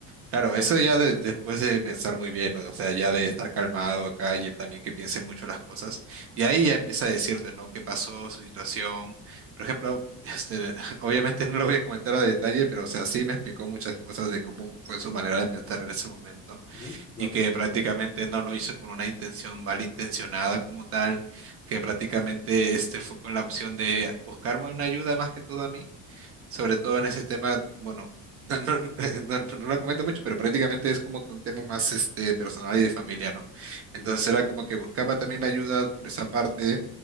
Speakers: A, on the right; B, on the left.
A: Claro, eso ya de- después de pensar muy bien, ¿no? O sea, ya de estar calmado acá y él también que piense mucho las cosas. Y ahí ya empieza a decirte, ¿no? ¿Qué pasó, su situación? Por ejemplo, <laughs> este, Obviamente no lo voy a comentar a detalle, pero o sea, sí me explicó muchas cosas de cómo fue su manera de pensar en ese momento
B: Ujú, claro.
A: y que prácticamente no lo hizo con una intención malintencionada como tal, que prácticamente este fue con la opción de buscarme una ayuda más que todo a mí, sobre todo en ese tema, bueno, <laughs> no, no, no- no- no lo comento mucho, pero prácticamente es como que un tema más este personal y de familia, ¿no? Entonces
B: Ujú.
A: era como que buscaba también la ayuda por esa parte